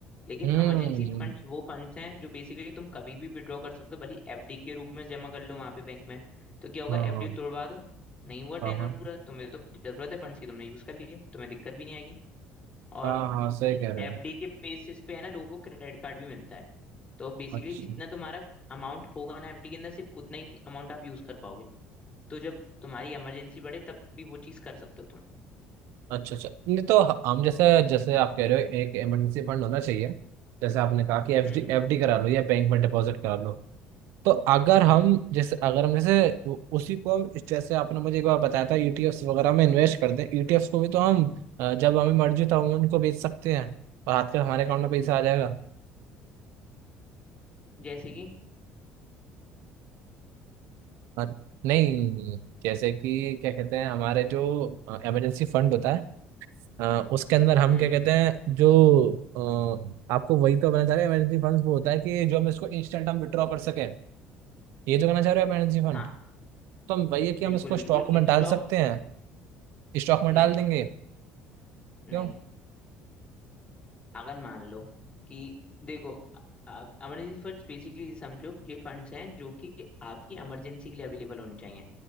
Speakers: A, on the left; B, on the right.
A: लेकिन
B: हम्म
A: इमरजेंसी फंड्स वो फंड्स हैं जो बेसिकली तुम कभी भी विड्रॉ कर सकते हो भले एफडी के रूप में जमा कर लो वहां पे बैंक में तो क्या होगा
B: हाँ
A: एफडी
B: हाँ
A: तोड़वा दो नहीं हुआ
B: हाँ
A: टेनर
B: हाँ
A: पूरा तुम्हें तो जरूरत है फंड्स की तुमने यूज कर लिए तुम्हें दिक्कत भी नहीं आएगी और
B: हाँ हाँ सही कह रहे
A: एफडी
B: हो
A: के बेसिस पे है ना लोगों को क्रेडिट कार्ड भी मिलता है तो बेसिकली
B: अच्छा
A: जितना तुम्हारा अमाउंट होगा ना एफडी के अंदर सिर्फ उतना ही अमाउंट आप यूज कर पाओगे तो जब तुम्हारी इमरजेंसी बढ़े तब भी वो चीज कर सकते हो तुम
B: अच्छा अच्छा नहीं तो हम जैसे जैसे आप कह रहे हो एक इमरजेंसी फंड होना चाहिए जैसे आपने कहा कि एफडी
A: हम्म
B: एफडी करा लो या बैंक में डिपॉजिट करा लो तो अगर हम
A: हम्म
B: जैसे अगर हम जैसे उ- उसी को हम जैसे आपने मुझे एक बार बताया था ईटीएफ्स वगैरह में इन्वेस्ट कर दें ईटीएफ्स को भी तो हम अ, जब हमें मर्जी तो हम उनको बेच सकते हैं और हाथ कर हमारे अकाउंट में पैसा आ जाएगा
A: जैसे कि
B: अ, नहीं जैसे कि क्या कहते हैं हमारे जो इमरजेंसी फंड होता है अ, उसके अंदर हम
A: हम्म
B: क्या कहते हैं जो अ, आपको वही तो कहना चाह रहे हैं इमरजेंसी फंड वो होता है कि जो हम इसको इंस्टेंट हम विड्रॉ कर सकें ये जो कहना चाह रहे हो आप इमरजेंसी फंड
A: हाँ
B: तो हम वही है कि
A: बिल्कुल
B: हम इसको स्टॉक
A: बिल्कुल
B: में
A: इंस्टेड
B: डाल
A: ऑफ
B: सकते हैं स्टॉक में
A: नहीं
B: डाल देंगे
A: नहीं
B: क्यों
A: अगर मान लो कि देखो इमरजेंसी फंड्स बेसिकली समझो ये फंड्स हैं जो कि आपकी इमरजेंसी के लिए अवेलेबल होने चाहिए